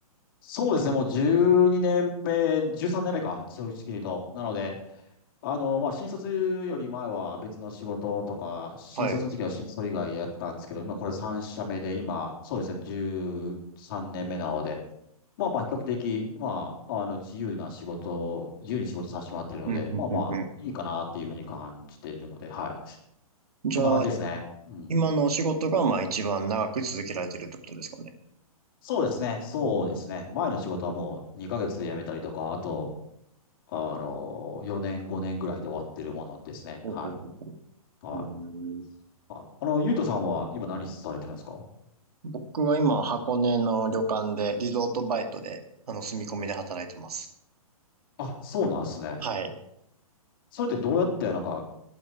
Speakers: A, on the left; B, on the right.
A: そうですね、もう12年目、13年目か、正直言うと。なので、あの、まあ、新卒より前は別の仕事とか、新卒の時は新卒以外やったんですけど、
B: はい。
A: 今これ3社目で、今、そうですね、13年目なので、まあまあ、比較的、まあ、あの、自由な仕事を、自由に仕事させてもらってるので、
B: うんうんうんう
A: まあまあ、いいかなっていうふうに感じているので、はい。
B: んじゃあ、
A: そんな感じですね。うん。
B: 今のお仕事が、まあ一番長く続けられてるってことですかね。
A: そうですね、そうですね。
B: うん
A: 前の仕事はもう2ヶ月で辞めたりとか、あと、あの、4年、5年ぐらいで終わってるものですね。
B: ほうほうほ
A: はい。はい。
B: ううーん
A: はい。あの、ゆうとさんは今何されてるんですか
B: 僕は今、箱根の旅館で、リゾートバイトで、あの、住み込みで働いてます。
A: あ、そうなんですね。
B: はい。
A: それってどうやってなんか